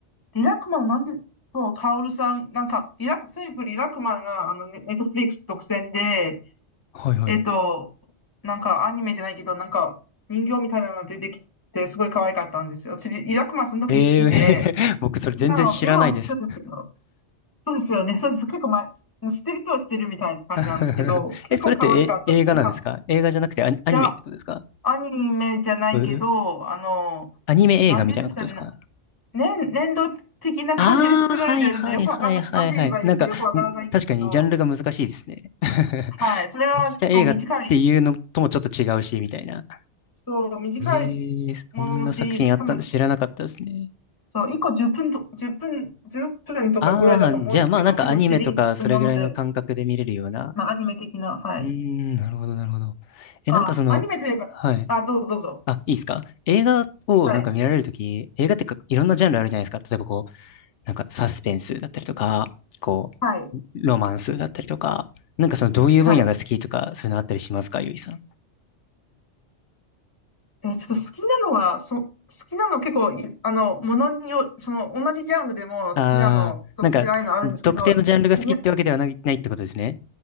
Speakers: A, on the left; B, on the left.
A: リラクマのなんで、そう、カオルさん、なんか、リラク、とにかくリラクマが、あの、ネットフリックス独占で、
B: はいはい。
A: えっと、
B: <laughs>
A: なんかアニメじゃないけど、なんか人形みたいなの出てきて、すごい可愛かったんですよ。私、リラクマその時好きで、
B: えー、<laughs> 僕それ全然知らないです。
A: 今は、今は普通ですけど、そうですよね。<laughs> そうです。結構前、知ってる人は知ってるみたいな感じなんですけど、
B: <laughs>
A: 結構可愛かったんです。
B: え、それってえ映画なんですか映画じゃなくてアニ、
A: まあ、
B: アニメってことですか
A: いや、アニメじゃないけど、
B: うう
A: あの、
B: アニメ映画みたいなことですか
A: なんてうんですかね、な年、年度的な感じで作られてるので、
B: ああ、はいはいはいはいはい。
A: よくわかんない、なんて言えばいいかよくわからないんですけど、
B: なんか、ん確かにジャンルが難しいですね。<laughs>
A: はい、それは結構短い、
B: 実写映画っていうのともちょっと違うし、みたいな。
A: そう、短い
B: ええー、
A: もののシリーズ、
B: そんな作品あったんだ、
A: 多分
B: 知らなかったですね。
A: そう、1個10分と、1分、1分とかぐらいだと思うんですけど、
B: ああ、じゃあまあなんかアニメとかそれぐらいの感覚で見れるような。
A: 結構シリーズもので、まあ、アニメ的な、はい。
B: うーん、なるほどなるほど。え、
A: あ、
B: なんかその、
A: アニメといえば、
B: はい。
A: あ、どうぞどうぞ。
B: あ、いいですか映画をなんか見られるとき、
A: はい。
B: 映画ってかいろんなジャンルあるじゃないですか。例えばこう、なんかサスペンスだったりとか、こう、
A: はい。
B: ロマンスだったりとか、なんかそのどういう分野が好きとか、
A: はい。
B: そういうのあったりしますか、ゆいさん。
A: えーちょっと好きなのは、そ、好きなの結構い、あの、ものによ、その、同じジャンルでも好きなのと好きじゃないのあるんですけど、
B: あー、なんか、特定のジャンルが好きってわけではない、
A: に、
B: ないってことですね。